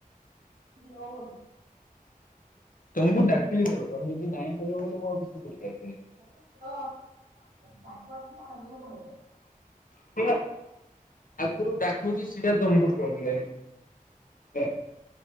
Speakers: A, on the right; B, on the left.
A: ହଉ <unintelligible>
B: ତମକୁ ଡାକିଲି ଦେବ, ତମେ ଯଦି ନାଇଁ କହିବ, ମୁଁ ଆଉ କିଛି କରିପାରିବିନି।
A: ଆରେ ତ ଦାଟ ଆନ୍ଦୁରୁପ ହେ ତ <unintelligible>
B: <unintelligible> ଆଗରୁ ଡାକୁଛି, ସେଟା ତମକୁ ପ୍ରୋବ୍ଲେମ ହେଲା